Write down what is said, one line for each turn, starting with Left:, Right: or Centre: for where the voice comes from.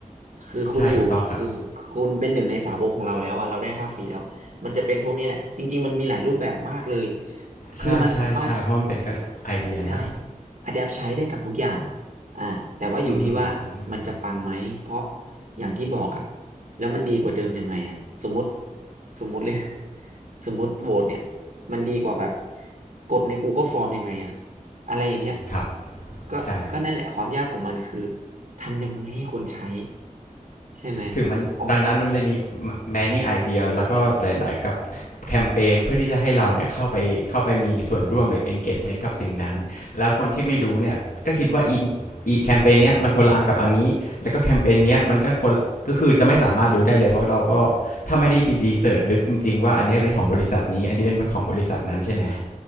Right: คือคุณอยู่คือคุณเป็นหนึ่งในสาวกของเราแล้วอ่ะเราได้ค่าฟรีแล้วอะมันจะเป็นพวกนี้แหละ
Left: ใช่ถูกต้องครับ
Right: จริงๆมันมีหลายรูปแบบมากเลย คือมันสามารถ
Left: ใช่ใช่ใช่เพราะมันเป็นก็ไอเดียนะ
Right: ใช่ Adapt ใช้ได้กับทุกอย่างอ่าแต่ว่าอยู่ที่ว่ามันจะปังไหม
Left: อือหือ
Right: เพราะอย่างที่บอกอะแล้วมันดีกว่าเดิมยังไงอะสมมติสมมติเลย <laughs> สมมติโหวตเนี่ย มันดีกว่าแบบกดใน Google Form ยังไงอะอะไรอย่างเงี้ย
Left: ครับ
Right: ก็ก็นั่นแหละความยากของมันคือ
Left: ใช่
Right: ทำยังไงให้คนใช้ใช่ไหม
Left: ถึงมันดังนั้นมันเลยมี
Right: อ๋อ
Left: many idea แล้วก็หลายๆ กับแคมเปญเพื่อที่จะให้เราเนี่ยเข้าไปเข้าไปมีส่วนร่วมหรือ engagement กับสิ่งนั้น แล้วคนที่ไม่รู้เนี่ย ก็คิดว่าอีอีแคมเปญเนี้ยมันคนละอันกับอันนี้ แล้วก็แคมเปญเนี้ยมันก็คนละก็คือจะไม่สามารถรู้ได้เลย เพราะเราก็ถ้าไม่ได้ไปรีเสิร์ชลึกจริงๆว่าอันเนี้ยเป็นของบริษัทนี้อันนี้เป็นของบริษัทนั้นใช่ไหม